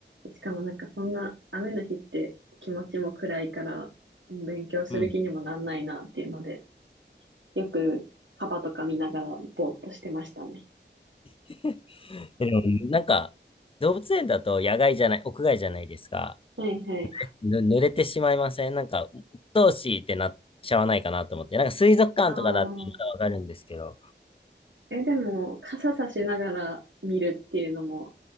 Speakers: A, on the right; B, on the left.
A: しかもなんかそんな雨の日って気持ちも暗いから勉強する気にもなんないなっていうので、
B: うん。
A: よくカバとか見ながらぼーっとしてましたね。
B: <laughs> えでも、なんか、動物園だと野外じゃない、屋外じゃないですか。
A: はいはい。
B: ぬ、濡れてしまいませんなんか、鬱陶しいってなっちゃわないかなと思って。なんか水族館とかだってまだわかるんですけど。
A: ああ。え、でも、傘さしながら見るっていうのも、